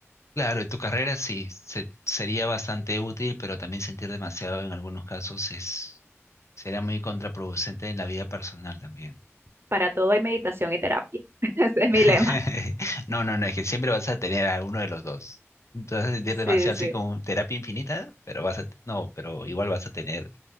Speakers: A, on the left (about 75°); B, on the right (about 55°).
A: Claro, en tu carrera sí, se- sería bastante útil, pero también sentir demasiado en algunos casos es, será muy contraproducente en la vida personal también.
B: Para todo hay meditación y terapia. <laughs> Ese es
A: <laughs>
B: mi lema.
A: No, no, no, es que siempre vas a tener a uno de los dos. Te vas a sentir demasiado
B: Sí, sí.
A: así como terapia infinita, pero vas a, no, pero igual vas a tener